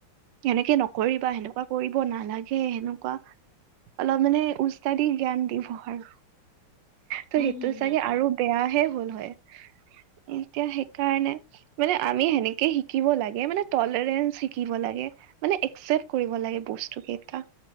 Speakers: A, on the right (about 70°); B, on the left (about 55°).
A: সেনেকে নকৰিবা, সেনেকুৱা কৰিব নালাগে, সেনেকুৱা- অলপ মানে ওস্তাদি জ্ঞান দিব আৰু। ত'
B: উম,
A: সেইটো
B: হুম,
A: চাগে
B: হুম, হুম,
A: আৰু বেয়াহে হ'ল হয়। এতিয়া সেইকাৰণে মানে আমি সেনেকে শিকিব লাগে, মানে টলাৰেঞ্চ শিকিব লাগে। মানে একচেপ্ট কৰিব লাগে বস্তু কেইটা।